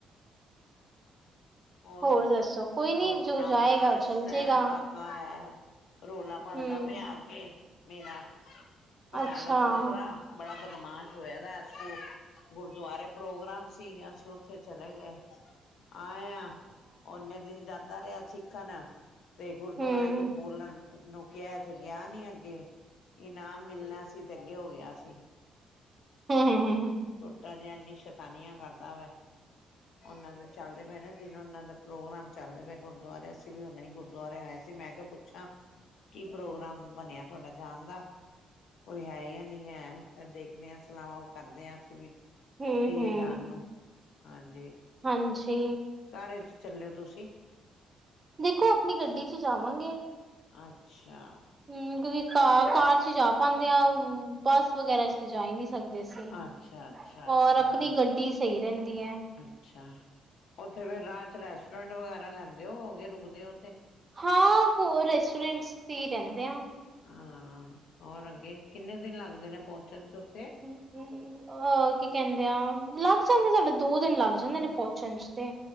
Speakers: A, on the left; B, on the right.
A: ਔਰ,
B: ਹੋਰ ਦੱਸੋ ਕੋਈ ਨੀ
A: ਔਰ
B: ਜੋ
A: ਸੁਣਾਓ,
B: ਜਾਏਗਾ
A: ਬਸ
B: ਚੱਲ ਜੇਗਾ
A: ਰੌਲਾ ਪਾਂਦਾ
B: ਹੂੰ,
A: ਪਿਆ ਆਕੇ, ਮੇਰਾ ਪਰਾ
B: ਅੱਛਾ-ਅੱਛਾ,
A: ਦਾ ਪੋਤਰਾ, ਬੜਾ ਬਦਮਾਸ਼ ਹੋਯਾ ਦਾ ਗੁਰਦੁਆਰੇ ਪ੍ਰੋਗਰਾਮ ਸੀ, ਅਸੀਂ ਓਥੇ ਚਲੇ ਗਏ, ਆਏ ਆਂ ਓਨੇ ਦਿਨ ਜਾਂਦਾ ਰਿਹਾ ਸਿੱਖਣ, ਤੇ ਗੁਰਦੁਆਰੇ
B: ਹੂੰ,
A: ਕੁਛ ਬੋਲਣ ਨੂੰ ਕੇਯਾ ਤੇ ਗਿਆ ਨੀ ਅੱਗੇ, ਇਨਾਮ ਮਿਲਣਾ ਸੀ ਤੇ ਅੱਗੇ ਹੋ ਗਿਆ ਸੀ।
B: <unintelligible>
A: ਛੋਟਾ ਜੇਯਾ ਏਨੀ ਸ਼ੈਤਾਨੀਆ ਕਰਦਾ ਵਾ, ਓਨਾਂ ਦੇ ਚੱਲਦੇ ਪਏ ਨਾ ਦਿਨ ਓਨਾਂ ਦਾ ਪ੍ਰੋਗਰਾਮ ਚੱਲਦੇ ਪਏ ਗੁਰਦੁਆਰੇ, ਅਸੀਂ ਵੀ ਹੁਣੇ ਈ ਗੁਰਦੁਆਰੇ ਆਏ ਸੀ, ਮੈਂ ਕੇਯਾ ਪੁੱਛਾਂ ਕੀ ਪ੍ਰੋਗਰਾਮ ਬਨੇਆ ਤੁਆਡਾ ਜਾਨ ਦਾ। ਕੋਈ ਹੈ ਯਾ ਨਈ ਹੈ? ਫੇਰ ਦੇਖਨੇ ਆਂ ਸਲਾਵਾਂ ਉਹ ਕਰਦੇ ਆਂ ਅਸੀਂ ਵੀ। ਕਈਏ
B: ਹੂੰ-ਹੂੰ,
A: ਜਾਣ ਨੂੰ, ਹਾਂਜੀ।
B: ਹਾਂਜੀ।
A: ਕਾਰੇ ਚ ਚਲੇ ਓ ਤੁਸੀਂ?
B: ਦੇਖੋ ਆਪਣੀ ਗੱਡੀ ਇੱਚ ਈ ਜਾਵਾਂਗੇ।
A: ਅੱਛਾ।
B: ਹਮ ਕਿਉਂਕਿ ਕਾ ਕਾਰ ਇੱਚ ਈ ਜਾ ਪਾਂਦੇ ਆ, ਬਾਸ ਵਗੈਰਾ ਇੱਚ ਤੇ ਜਾ ਈ ਨਹੀਂ ਸਕਦੇ। ਸੇ
A: ਅੱਛਾ ਅੱਛਾ
B: ਹੋਰ
A: ਅੱਛਾ
B: ਅਪਣੀ ਗੱਡੀ ਸਈ ਰੈਂਦੀ ਏ।
A: ਅੱਛਾ, ਓਥੇ ਫੇਰ ਰਾਹ ਚ ਰੈਸਟੋਰੈਂਟ ਵਗੈਰਾ ਲੈਂਦੇ ਹੋਵੋ ਗਏ, ਰੁਕਦੇ ਔ ਤੇ?
B: ਹਾਂ ਹੋਰ ਰੈਸਟੋਰੈਂਟਸ ਤੇ ਈ ਰੈਂਦੇ ਆਂ।
A: ਹਾਂ ਔਰ ਅੱਗੇ ਕਿੰਨੇ ਦਿਨ ਲੱਗਦੇ ਨੇ ਪੋਨਚਨ ਚ ਓਥੇ?
B: ਹਮ ਅਹ ਕੀ ਕੇਂਦੇ ਆ ਲਾਗ ਜਾਂਦੇ ਸਾਡੇ ਦੋ ਦਿਨ ਲਾਗ ਜਾਂਦੇ ਨੇ ਪੋਂਚਨ ਚ ਤੇ।